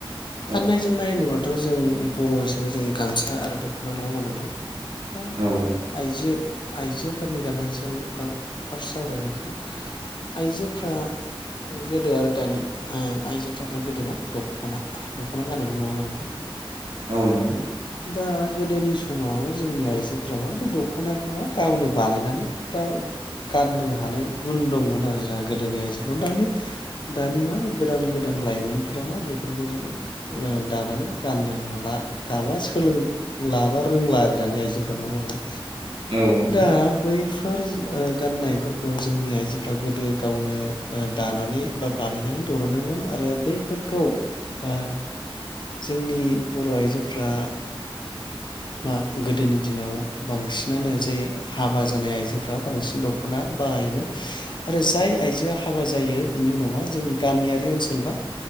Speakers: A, on the left; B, on the right.
A: गाननाय
B: औ
A: जोमनाय होनोब्ला थ' जों बर' हिसाबै जों गामसा आरो दख'ना नङा होमबा नोंथां। दा
B: औ
A: आइजो आइजोफोरनि गाननायनि सायाव आं फार्स्टआव सावरायग्रोनोसै नोंथां आइजोफ्रा गोदो आरो दानि ओ आइजोफ्राथ' गोदो मा दख'ना दख'ना गानोमोन नङाहोनबा नोंथां
B: औ नंगौ।
A: दा गोदोनि समाव जोंनि आइजोफ्रा बै द ख'नाखौ मा गावनो बानायनानै गा गाननो हानाय गुन दंमोन आरो जोंहा गोदोनि आइजोफोराव दानि दानि मा गोदान गोदान लाइमोनफोरा मा बेफोरखौ जों दानानै गाननो हाला गाबा सोलोंला बा रोंला आरो दानि आइजोफ्रा नङा होमबा नोंथां?
B: औ नंगौ
A: दा बै फोर ओ गाननायफोरखौ जोंनि आइजोफ्रा गोदो गावनो ओ दानानै बा बानायनानै दरोनोमोन आरो बैफोरखौ आ जोंनि बर' आइजोफ्रा मा गोदोनि दिनाव बांसिनानो जाय हाबा जानाय आइजोफ्रा बांसिन दख'ना बाहायोमोन आरो जाय आइजोआ हाबा जायो बिनि उनाव मा जोंनि गामियारि ओनसोलबा